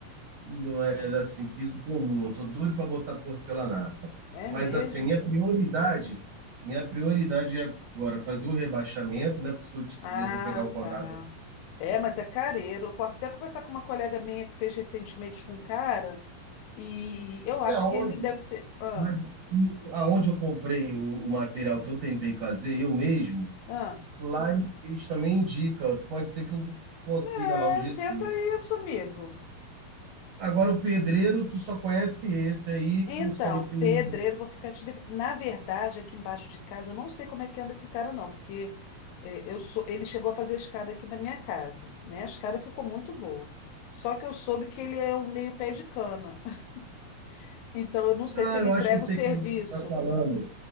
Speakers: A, on the right (about 70°); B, on the left (about 75°).
A: Não é
B: Hum,
A: assim, piso comum. Eu tô doido para botar porcelanato.
B: É
A: Mas
B: mesmo?
A: assim, minha prioridade, minha prioridade é agora fazer o rebaixamento, né? Por isso que eu, te-
B: Ah,
A: eu vou pegar o contato.
B: tá. É, mas é careiro. Eu posso até conversar com uma colega minha que fez recentemente com um cara, e eu
A: E
B: acho
A: aonde?
B: que ele deve ser. Ah.
A: Mas e aonde eu comprei o, o material que eu tentei fazer eu mesmo,
B: Ah,
A: lá eles também indicam. Pode ser que eu consiga
B: é,
A: lá o gesso.
B: tenta isso, amigo.
A: Agora, o pedreiro, tu só conhece esse aí
B: Então,
A: que você falou que não.
B: pedreiro, vou ficar te devendo. Na verdade, aqui embaixo de casa, eu não sei como é que anda esse cara, não, porque eh, eu sou... ele chegou a fazer a escada aqui na minha casa, né? A escada ficou muito boa. Só que eu soube que ele é um meio pé de cana. <laughs> Então, eu não sei
A: Ah,
B: se ele
A: eu
B: entrega
A: acho que eu sei
B: o serviço.
A: quem você está falando.